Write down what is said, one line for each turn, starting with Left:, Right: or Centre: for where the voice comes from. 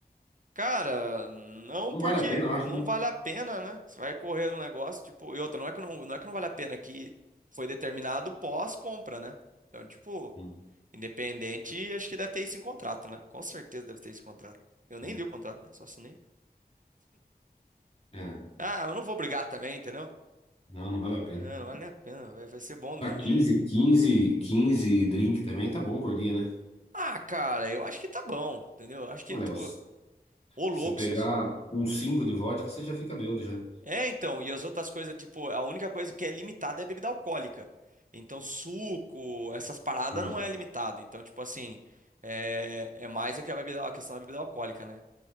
Right: cara, não
Left: Não
Right: porque
Left: vale a pena, eu acho,
Right: não
Left: né?
Right: vale a pena, né? Você vai correr no negócio, tipo, e outra, não é que não, não é que não vale a pena, é que foi determinado pós-compra, né? Então, tipo,
Left: Hum,
Right: Independente, acho que deve ter esse em contrato, né? Com certeza deve ter esse contrato. Eu nem
Left: hum.
Right: li o contrato, né? Só assinei.
Left: É,
Right: Ah, mas não vou brigar também, entendeu?
Left: não, não vale a pena.
Right: É, não vale nem a pena, vai, vai ser bom do
Left: Tá,
Right: mesmo
Left: quinze
Right: jeito.
Left: quinze quinze drink também tá bom por dia, né?
Right: Ah, cara, eu acho que tá bom, entendeu? Acho que,
Left: Mano,
Right: tipo,
Left: é, o
Right: ô louco.
Left: Se pegar
Right: vocês-
Left: um 5 de vodka, você já fica bêbado já.
Right: É, então, e as outras coisas, tipo, a única coisa que é limitada é a bebida alcoólica. Então, suco, essas paradas
Left: Ah,
Right: não é limitado. Então, tipo assim, é, é mais a que a bebida- a questão da bebida alcoólica, né?